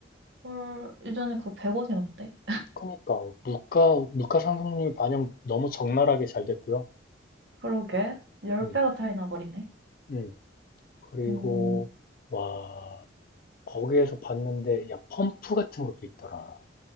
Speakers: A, on the right; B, on the left.
A: 헐, 예전에 그거 백 원이었는데.
B: 그러니까 물가 물가 상승률 반영 너무 적나라하게 잘 됐고요.
A: 그러게. 10배가
B: 음,
A: 차이 나버리네.
B: 음. 그리고
A: 음,
B: 와 거기에서 봤는데 야 펌프 같은 것도 있더라.